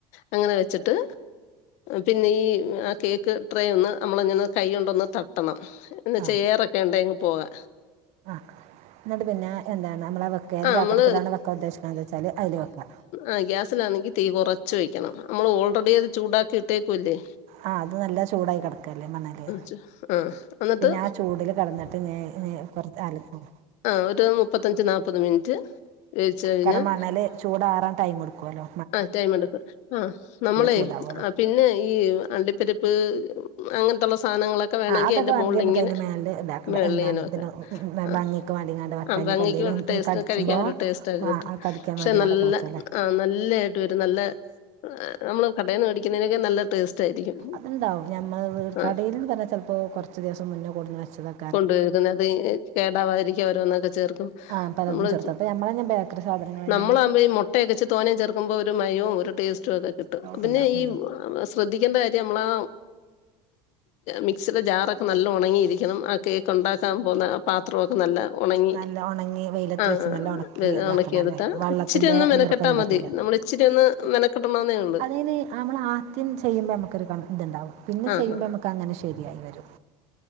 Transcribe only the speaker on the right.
ആഹ്
ആഹ് ന്നട്ട് പിന്നെ എന്താണ് നമ്മളെ വെക്ക ഏത്
പാത്രത്തിലാണ് വെക്കാ ഉദ്ദേശിക്കണന്ന് വെച്ചാല് അതില് വെക്കാ.
ആഹ് അത് നല്ല ചൂടായി കടക്കല്ലേ മണല്
പിന്നെ ആ ചൂടില് കടന്നി ട്ട് നേ നേ പൊറത്ത് അലകും
കാരണം മണൽ ചൂടാറാൻ ടൈംടുക്കൊല്ലോ.
ചൂടാവുമല്ലോ
ആ അതൊക്കെ
വേണമെങ്കിൽ
നമുക്ക് അതിൻ്റെ മേലെ ഇതാക്കണ്ട
എന്താണ് ഇതിന്
ഭംഗിക്ക് വേണ്ടിങ്ങാണ്ട് വെക്കാം
ഇനിയിപ്പോൾ
എന്തെങ്കിലും
കടിച്ചുമ്പോൾ
കടിക്കാൻ വേണ്ടിങ്ങാണ്ടൊക്കെ
വെച്ചല്ലേ
അത്ണ്ടാവും ഞമ്മൾ
കടയിന്ന് പറഞ്ഞ ചലപ്പോ കൊറച്ച് ദിവസം മുന്നേ കൊണ്ടന്ന് വെച്ചതാകും
ആ പലതും
ചേർത്ത് അപ്പോൾ നമ്മൾ തന്നെ ബേക്കറി സാധനങ്ങൾ തന്നെ
ഒക്കെ
ഉണ്ടാവും
ഉം.
നല്ല ഉണങ്ങി വെയിലത്ത്
വെച്ച്
നല്ല ഉണക്കി ഇതാക്കണം
അല്ലേ വെള്ളത്തിൻ്റെ
ഈർപ്പൊന്നും
പറ്റില്ല
അതിന് നമ്മൾ ആദ്യം ചെയ്യുമ്പോൾ നമുക്കൊരു ഇതുണ്ടാവും പിന്നെ
ചെയ്യുമ്പോ
നമുക്ക് അങ്ങനെ ശരിയായി വരും.